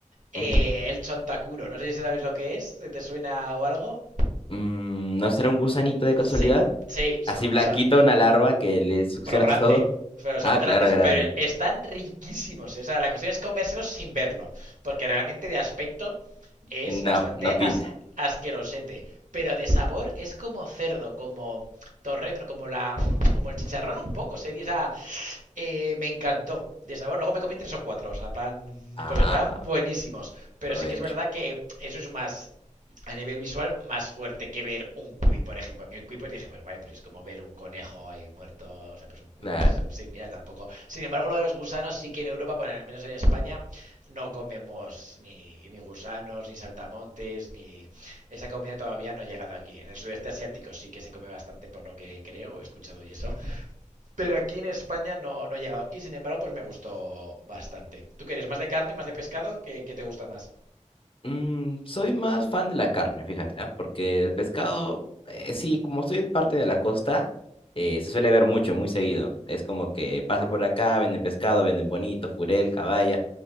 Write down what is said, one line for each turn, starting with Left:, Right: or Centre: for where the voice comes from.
Right: eh,
Left: Uy.
Right: el chontacuro. No sé si sabéis lo que es, si te suena o algo.
Left: Mm, ¿no será un gusanito de casualidad?
Right: Sí, sí, son
Left: Así
Right: gusanos.
Left: blanquito, una larva que le succionas
Right: pro grande.
Left: <laughs> todo.
Right: Pero son
Left: Ah,
Right: grandes.
Left: claro, es grande.
Right: Pero están riquísimos. O sea, la cuestión es comérselos sin verlo. Porque realmente de aspecto es bastante
Left: No, no pinta.
Right: as- asquerosete. Pero de sabor es como cerdo, como torrezno, como la. como el chicharrón un poco. Sería. O sea, eh, me encantó. De sabor, luego me comí tres o cuatro, o sea, plan,
Left: Ah,
Right: porque estaban buenísimos. Pero
Left: provecho.
Right: sí que es verdad que eso es más, a nivel visual, más fuerte que ver un cuy, por ejemplo. A mí el cuy, pues dije, pues vale, pues es como ver un conejo ahí muerto, o sea, pues un cuy
Left: Claro.
Right: es sí, mira tampoco. Sin embargo, lo de los gusanos sí que en Europa, bueno, al menos en España, no comemos ni, ni gusanos, ni saltamontes, ni... Esa comida todavía no ha llegado aquí. En el sudeste asiático sí que se come bastante, por lo que creo, he escuchado y eso. Pero aquí en España no, no ha llegado. Y sin embargo, pues me gustó bastante. ¿Tú quieres más de carne, más de pescado? ¿Qué, qué te gusta más?
Left: Mm, soy más fan de la carne, fíjate, ¿ah? Porque el pescado, eh, sí, como soy parte de la costa, eh, se suele ver mucho, muy seguido. Es como que pasa por acá, venden pescado, venden bonito, furel, caballa.